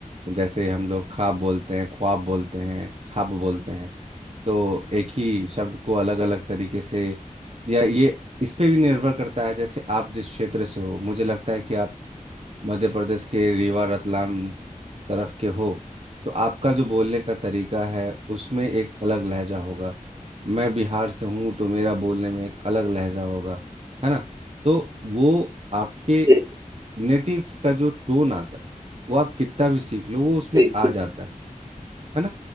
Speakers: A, on the right (about 50°); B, on the right (about 20°).
A: जैसे हम लोग ख्वाब बोलते हैं ख्वाब बोलते हैं ख्वाब बोलते हैं तो एक ही शब्द को अलग अलग तरीके से या ये इस पे भी निर्भर करता है जैसे आप जिस क्षेत्र से हो मुझे लगता है कि आप मध्य प्रदेश के रीवा रतलाम तरफ के हो तो आपका जो बोलने का तरीका है उसमें एक अलग लहजा होगा मैं बिहार से हूँ तो मेरा बोलने में एक अलग लहजा होगा है ना तो वो आपके
B: जी
A: नेटिव का जो टोन आता है वो आप कितना भी सीख लो वो उसमें
B: जी जी,
A: आ जाता है है ना